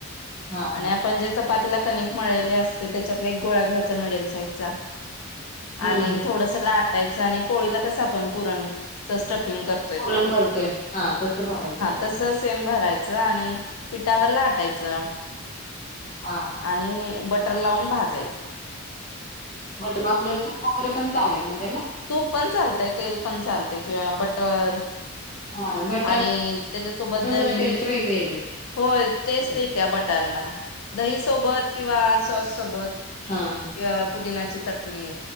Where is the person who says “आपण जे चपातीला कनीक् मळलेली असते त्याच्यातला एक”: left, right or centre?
Left